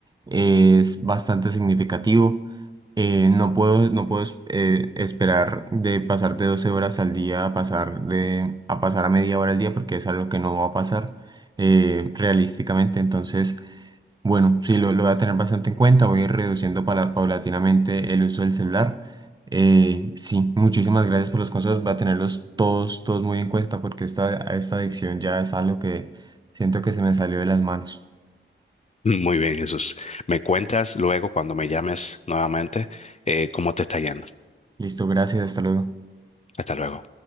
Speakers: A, on the right (about 20°); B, on the left (about 35°).
A: es bastante significativo. Eh, no puedo, no puedo es- eh, esperar de pasar de 12 horas al día a pasar de, a pasar a media hora al día porque es algo que no va a pasar eh, realísticamente. Entonces, bueno, sí, lo, lo voy a tener bastante en cuenta. Voy a ir reduciendo para- paulatinamente el uso del celular. Eh, sí, muchísimas gracias por los consejos. Va a tenerlos todos, todos muy en cuenta porque esta, esta adicción ya es algo que siento que se me salió de las manos.
B: Muy bien, Jesús. Me cuentas luego cuando me llames nuevamente eh, cómo te está yendo.
A: Listo, gracias, hasta luego.
B: Hasta luego.